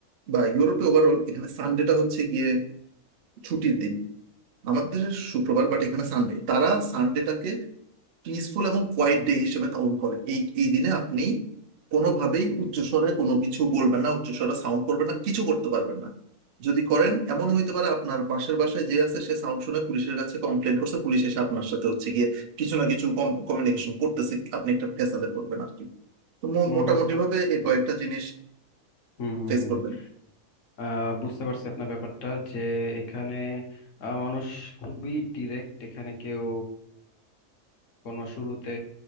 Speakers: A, on the right (about 85°); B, on the left (about 60°).
A: বা ইউরোপে ওভারঅল এখানে সানডেটা হচ্ছে গিয়ে ছুটির দিন আমাদের দেশে শুক্রবার বাট এখানে সানডে তারা সানডেটাকে পিসফুল এবং কোয়াইট ডে হিসেবে কাউন্ট করে এই এই দিনে আপনি কোনোভাবেই উচ্চস্বরে কোনো কিছু বলবেন না উচ্চস্বরে সাউন্ড করবেন না কিছু করতে পারবেন না যদি করেন এমন হইতে পারে আপনার পাশের বাসায় যে আছে সে সাউন্ড শুনে পুলিশের কাছে কমপ্লেন করছে পুলিশ এসে আপনার সাথে হচ্ছে গিয়ে কিছু না কিছু কমিউনিকেশন করতেছে আপনি একটা ফেসালে করবেন আর কি তো মো-
B: উম,
A: মোটামুটি
B: বুঝতে
A: ভাবে
B: পারছি
A: এই
B: ভাই
A: কয়েকটা জিনিস
B: হুম হুম
A: ফেস
B: হুম
A: করবেন
B: আহ বুঝতে পারছি আপনার ব্যাপারটা যে এখানে আহ, মানুষ খুবই ডিরেক্ট এখানে কেউ কোনো শুরুতে